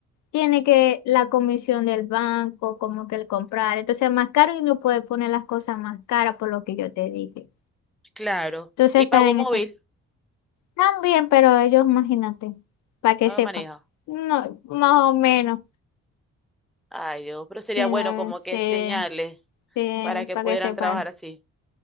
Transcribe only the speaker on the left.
tiene que la comisión del banco, como que el comprar. Entonces es más caro y no puede poner las cosas más caras por lo que yo te dije.
Entonces
está
en
esa. También, pero ellos, imagínate, para que
sepa.
No, más o menos.
Sí,
no,
sí,
sí,
para
que sepa.